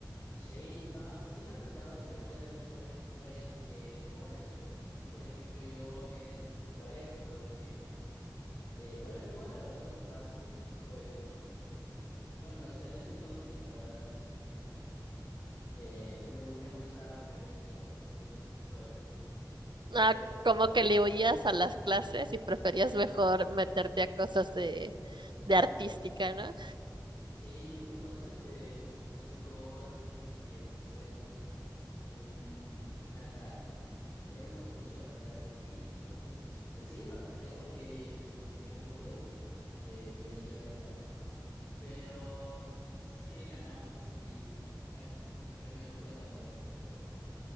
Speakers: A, on the left; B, on the right.
A: sí, no, sí me ha tocado hacer varias, varias, varias, eh, como varios eventos así. Por ejemplo, yo en secundaria recuerdo que Eh, bueno, igual la verdad me gustaba hacer ese tipo de eventos porque, pues, bueno, o sea, en ese entonces la verdad es que me, eh, me, gu- me gustaba perder clases haciendo ese tipo de eventos, ¿no? Pero,
B: Ah, como que le huías a las clases y preferías
A: sí,
B: mejor meterte a cosas de, de artística, ¿no?
A: sí, entonces, pues, nos tocó eh, eh, pues, hacer un, un, un altar era un concurso de altares y así, entonces pues, pues sí, lo acepté porque pues, consumía un poco de, de ti- de- del día de clases, ¿no? Pero el chiste es que ganamos y bueno, el premio no fue tan bueno, pero